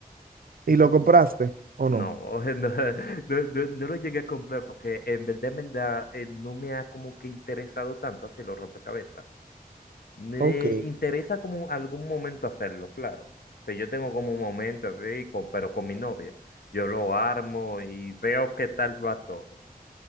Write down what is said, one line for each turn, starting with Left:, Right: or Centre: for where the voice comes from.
Left: Entonces,
Right: ¿y lo compraste o
Left: No,
Right: no?
Left: <laughs> no, no, no- no lo llegué a comprar porque en verdad, en verdad, eh, no me ha como que interesado tanto hacer los rompecabezas. Me
Right: Ok.
Left: interesa como algún momento hacerlo, claro. O sea, yo tengo como un momento así, co- pero con mi novia. Yo lo armo y veo qué tal va todo.